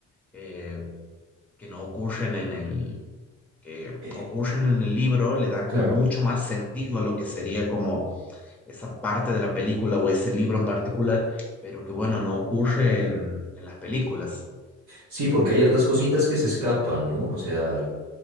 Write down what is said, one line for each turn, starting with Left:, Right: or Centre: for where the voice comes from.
Centre: eh, que no ocurren en el que
Right: Eh,
Centre: ocurren en el libro le dan
Right: claro.
Centre: como mucho más sentido a lo que sería como esa parte de la película o ese libro en particular, pero que bueno, no ocurre en, en las películas.
Right: Sí, porque hay hartas cositas que se escapan, ¿no? O sea,